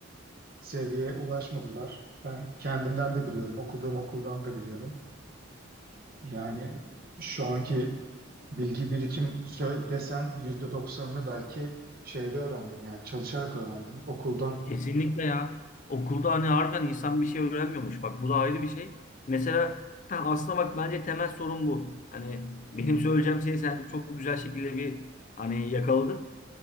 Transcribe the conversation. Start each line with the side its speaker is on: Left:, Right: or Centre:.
Right: seviyeye ulaşmadılar. Ben kendimden de biliyorum, okuduğum okuldan da biliyorum. Yani şu anki bilgi birikim sö- desen yüzde doksanını belki şeyde öğrendim yani çalışarak öğrendim okuldan.
Left: Kesinlikle ya. Okulda hani harbiden insan bir şey öğrenmiyormuş. Bak bu da ayrı bir şey. Mesela ha, aslında bak bence temel sorun bu. Hani benim söyleyeceğim şeyi sen çok güzel şekilde bir hani yakaladın.